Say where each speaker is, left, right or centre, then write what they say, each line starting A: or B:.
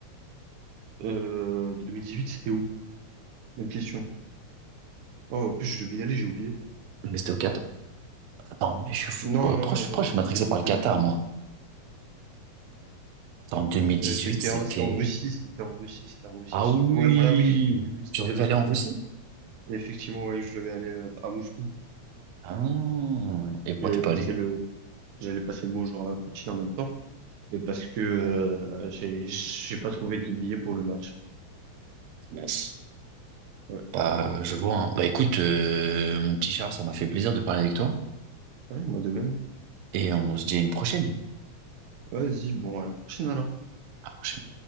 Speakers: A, on the right (about 85°); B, on the right (about 70°).
A: Euh, huit c'était où? Bonne question. Oh, en plus, je devais y aller, j'ai oublié.
B: Mais c'était au Qatar. Attends, mais je suis fou,
A: Non,
B: quoi.
A: non,
B: Pourquoi
A: non,
B: je, pourquoi
A: non, non,
B: je suis matrixé
A: c'est c'est
B: par
A: le
B: le
A: 2022.
B: Qatar, moi? Attends, 2018,
A: Euh, c'était
B: c'était...
A: en, c'était en Russie, c'était en Russie, c'était en Russie.
B: Ah oui!
A: Ouais, voilà, oui, oui, oui, c'était
B: Tu
A: en
B: devais
A: Russie.
B: aller en Russie?
A: Et effectivement, ouais, je devais aller euh, à Moscou.
B: Ah. Et pourquoi
A: J'allais
B: t'es pas
A: passer
B: allé?
A: le, j'allais passer le bonjour à Poutine en même temps. Et parce que euh, j'ai, j'ai pas trouvé de billet pour le match.
B: Mince.
A: Ouais,
B: Bah, je vois. hein. Bah, écoute, euh, mon petit Charles, ça m'a fait plaisir de parler avec toi.
A: ouais, moi de même.
B: Et on se dit à une prochaine.
A: Vas-y, bon, à la prochaine alors.
B: À la prochaine.